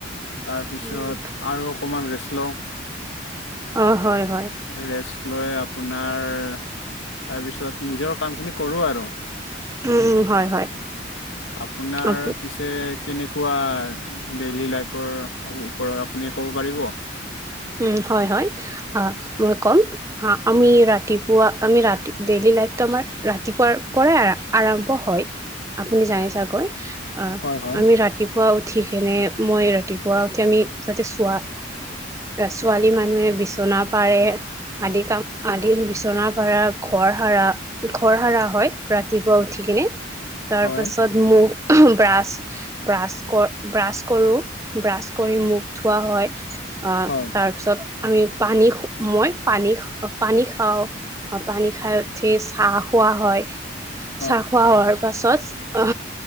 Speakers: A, on the left (about 85°); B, on the right (about 15°).
A: তাৰপিছত
B: উম
A: আৰু অকমান ৰেষ্ট লওঁ।
B: অ', হয় হয়।
A: ৰেষ্ট লৈ আপোনাৰ তাৰপিছত নিজৰ কামখিনি কৰোঁ আৰু।
B: উম উম হয়
A: আপোনাৰ
B: হয়
A: পিছে কেনেকুৱা ডেইলী লাইফৰ ওপৰত আপুনি ক'ব পাৰিব?
B: উম, হয়, হয়, অ', মই কম আমি ৰাতিপুৱা আমি ৰাতি ডেইলি লাইফটো আমাৰ ৰাতিপুৱাৰ পৰাই আৰম্ভ হয়, আপুনি জানে চাগৈ? অ',
A: হয় হয়
B: আমি ৰাতিপুৱা উ ঠি কেনে মই ৰাতিপুৱা উঠি আমি যাতে চোৱা ছোৱালী মানুহে বিচনা পাৰে। আদি কাম, আদি বিচনাৰ পাৰা ঘৰ সাৰা ঘৰ সাৰা হয় ৰাতিপুৱা উঠি কিনে। তাৰ
A: হয়
B: পাছত মুখ ব্ৰাছ-ব্ৰাছ কৰ ব্ৰাছ কৰোঁ। ব্ৰাছ কৰি মুখ ধোৱা হয়, আহ
A: হয়
B: তাৰ পিছত আমি পানী মই পানী পানী খাওঁ, অ', পানী খাই উঠি চাহ খোৱা হয়,
A: হয়
B: চাহ খোৱা হোৱাৰ পাছত উ